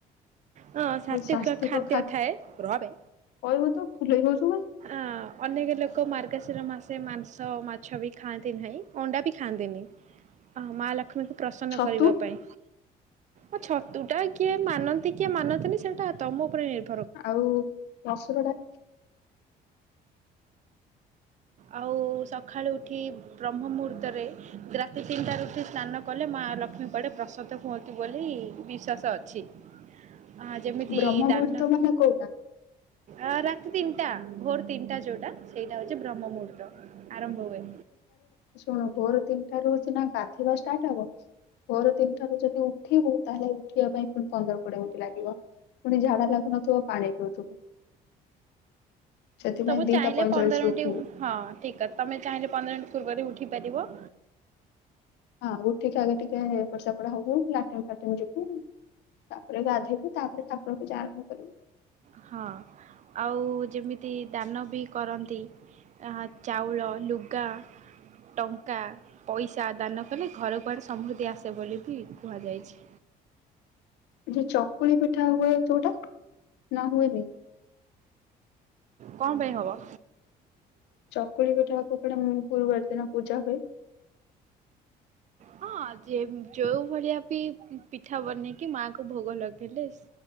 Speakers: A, on the right; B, on the left.
A: ହଁ ସ୍ୱାସ୍ଥ୍ୟ
B: ଆଉ ସ୍ୱାସ୍ଥ୍ୟିକ
A: ଖାଦ୍ୟ ଥାଏ ରହବେ
B: କହିବୁ ତ ଫୁଲେଇ ହଉଛୁ କାହିଁକି
A: ଅଁ ଅନେକ ଲୋକ ମାର୍ଗଶିର ମାସେ ମାଂସ, ମାଛବି ଖାଆନ୍ତି ନାହିଁ ଅଣ୍ଡାବି ଖାଆନ୍ତିନି। ଅ ମାହା ଲକ୍ଷ୍ମୀଙ୍କୁ ପ୍ରସନ୍ନ
B: ଛତୁ
A: କରିବା ପାଇଁ ଆ ଛତୁଟା କିଏ ମାନ ନ୍ତିକିଏ ମାନନ୍ତିନି ସେଇଟା ତମ ଉପରେ ନିର୍ଭ
B: ଆଉ ମସୁର ଡା
A: ଆଉ ସକାଳୁ ଉଠି ବ୍ରହ୍ମ ମୁହୂର୍ତ୍ତରେ ଗ୍ରା ଦୁଇ, ତିନିଟା ଉଠି ସ୍ନାନ କଲେ ମା ଲକ୍ଷ୍ମୀ କୁଆଡ଼େ ପ୍ରସାଦ ହୁଅନ୍ତିୁ ବୋଲି ବିଶ୍ୱାସ ଅଛି। ହଁ ଯେମିତି
B: ଡାଲି ବ୍ରହ୍ମ ମୁହୂର୍ତ୍ତ
A: ଦାନ
B: ମାନେ କୋଉଟା
A: ଆଁ ରାତି ତିନିଟା ଭୋର ତିନିଟା ଯୋଉଟା ସେଇଟା ହଉଚି ବ୍ରହ୍ମ ମୁହୂର୍ତ୍ତ। ଆରମ୍ଭ ହୁଏ।
B: ଶୁଣୁ ଭୋର ତିନିଟା ରହୁଚିନା ଗାଧେଇବା ଷ୍ଟାର୍ଟ ହବ। ଭୋରୁ ତିନି ଟାରୁ ଯଦି ଉଠିବୁ ତାହେଲେ ଉଠିବା ପାଇଁ ପୁଣି ପନ୍ଦର, କୋଡ଼ିଏ ମିନିଟ୍ ଲାଗିବ। ପୁଣି ଝାଡ଼ା ଲାଗୁନଥୁବ ପାଣି ପିଉଥିବୁ। ସେଥିପାଇଁ
A: ତମେ
B: ଦିଟା
A: ଚାହିଁଲେ
B: ପଇଁଚାଳିଶରୁ
A: ପନ୍ଦର
B: ଉଠିବୁ
A: ମିନିଟ୍ ହଁ ଠିକ୍ ତମେ ଚାହିଁଲେ ପନ୍ଦର ମିନିଟ୍ ପୂର୍ବରୁ ଉଠି ପାରିବ।
B: ହଁ ଉଠିକି ଆଗେ ଟିକେ ଏପଟ ସେପଟ ହବୁ ଲାଟିନ୍ ଫାଟିନ୍ ଯିବୁ। ତାପରେ ଗାଧୋଇବୁ ତାପରେ ଠାକୁର ପୂଜା ଆରମ୍ଭ କରିବୁ।
A: ହଁ ଆଉ ଯେମିତି ଦାନବି କରନ୍ତି। ଚାଉଳ, ଲୁଗା ଟଙ୍କା, ପଇସା ଦାନ କଲେ ଘରକୁୁଆଡ଼େ ସମୃଦ୍ଧି ଆସେ ବୋଲିବି କୁହାଯାଇଛି।
B: ଯଉ ଚକୁଳି ପିଠା ହୁଏ ଯୋଉଟା ନାହୁଏନି?
A: କଣ ପାଇଁ ହବ?
B: ଚକୁଳି ପିଠା କାକରା ମୁଁ ଗୁରୁବାର ଦିନ ପୂଜା ହୁଏ।
A: ହଁ ଯେ ଯଉ ଭଳିଆବି ପିଠା ବନେଇକି ମାଆକୁ ଭୋଗ ଲଗେଇଲେ